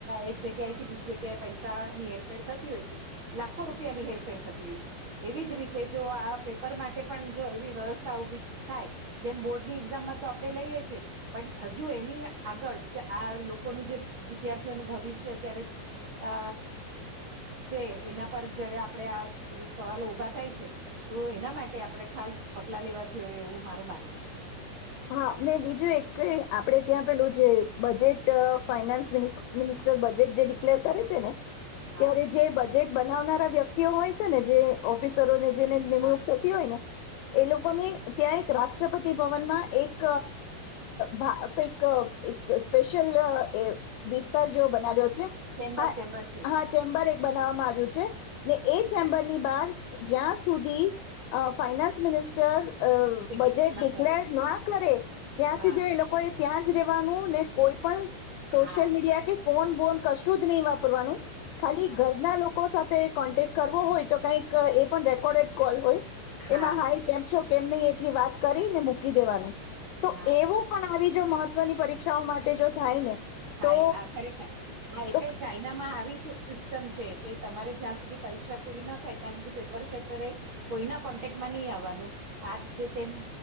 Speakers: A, on the right; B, on the left.
A: એક જગ્યાએથી બીજી જગ્યાએ પૈસાની હેરફેર થતી હોય છે લાખો રૂપિયાની હેરફેર થતી હોય છે એવી જ રીતે જો આ પેપર માટે પણ જો એવી વ્યવસ્થા ઉભી થાય જેમ બોર્ડની એક્ઝામમાં તો આપણે લઈએ છીએ પણ હજુ એની આગળ આ લોકોનું જે વિદ્યાર્થીઓનું ભવિષ્ય જારે અ છે એના પર જયારે આપણેે આ સવાલો ઉભા થાય છે તો એના માટે આપણે ખાસ પગલા લેવા જો જો એવું મારું માનવું છે
B: હા ને બીજું એક આપડે ત્યાં પેલું જે બજેટ ફાઈનાન્સ મિન મિન બજેટ જે ડિક્લેર કરે છે ને
A: હા.
B: ત્યારે જે બજેટ બનાવનારા વ્યક્તિઓ હોય છે ને જે ઓફિસરોને જેને નિમણૂક
A: હા
B: થતી હોય ને એ લોકોની ત્યાં એક રાષ્ટ્રપતિ ભવનમાં એક ભા એક એક સ્પેશલ એ વિસ્તાર જેવો બનાવ્યો છે
A: ચેમ્બર
B: હા
A: ચેમ્બર છે
B: હા ચેમ્બર એક બનાવવામાં આવે એ ચેમ્બરની બાર જ્યાં સુધી અ ફાયનાન્સ મિનિસ્ટર
A: ડિક્લેર
B: બજેટ
A: ના
B: ડિકલેર
A: કરું.
B: ના કરે ત્યાં
A: હા
B: સુધી એ લોકો એ ત્યાં જ રવાનું ને કોઈ પણ સોશિયલ
A: હા
B: મીડિયા કે ફોન બોન કશું જ નહીં વાપરવાનું ખાલી
A: હા હા
B: ઘરના લોકો સાથે કોન્ટેક કરવો હોય તો કઈક એ પણ રેકોર્ડેડ કોલ હોય
A: હા
B: એમાં
A: હા
B: હાય કેમ છો કેમને એટલી વાત કરીને મૂકી દેવાનું તો
A: હા.
B: એવું પણ આવી જો મહત્વની પરીક્ષાઓ માટે જો થાય ને
A: હા
B: તો
A: હા ખરેખર હા એટલે
B: તો
A: ચાઈનામાં આવી જ સિસ્ટમ છે કે તમારે જ્યાં સુધી પરીક્ષા પૂરી ન થાય ત્યાં સુધી પેપર સેટરે કોઈના કોન્ટેક્ટમાં નહી આવવાનું આ જે તેમ